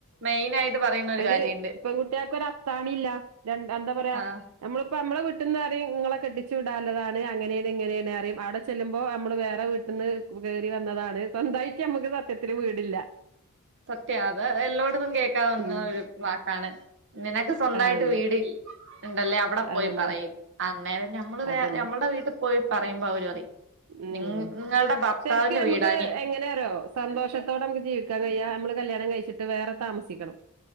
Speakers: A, on the right (about 55°); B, on the right (about 80°).
A: മെയിനായിട്ട് പറയുന്ന ഒരു
B: ഒര്
A: കാര്യണ്ട്
B: പെൺകുട്ടികക്ക് ഒര് അത്താണി ഇല്ല രണ്ട് എന്താ പറയാ
A: ആഹ്
B: നമ്മളിപ്പോ നമ്മളെ വീട്ടീന്ന് പറയും ഇങ്ങളെ കെട്ടിച്ചു വിടാള്ളതാണ് അങ്ങനാണ് ഇങ്ങനെയാണ് അറിയും അവടെ ചെല്ലുമ്പോ നമ്മള് വേറെ വീ ട്ട്ന്ന് കെറി വന്നതാണ് സ്വന്തായിറ്റ് ഞമ്മുക്ക് സത്യത്തിന് വീടില്ല
A: സത്യാത് എല്ലോടന്നും കേൾക്കാൻന്ന
B: ഉം
A: ഒരു വാക്കാണ് നിനക്ക് സ്വന്തായിട്ട്
B: അതന്നെ
A: വീടി ഇണ്ടെല്ലാം അവടെ പോയി
B: അതന്നെ
A: പറയും അന്നേരം നമ്മള് വേ
B: അതന്നെ
A: ഞമ്മളടെ വീട്ടി പോയി പറയുമ്പോ അവര് പറ
B: ഉം
A: നിങ്ങളെ ഭർത്താവിന്റെ
B: ശരിക്ക് നമുക്ക്
A: വീടാനി
B: എങ്ങനെയാറിയോ സന്തോഷത്തോടെ ഞമ്മക്ക് ജീവിക്കാൻ കഴിയാ ഞമ്മള് കല്യാണം കഴിച്ചിട്ട് വേറെ താമസിക്കണം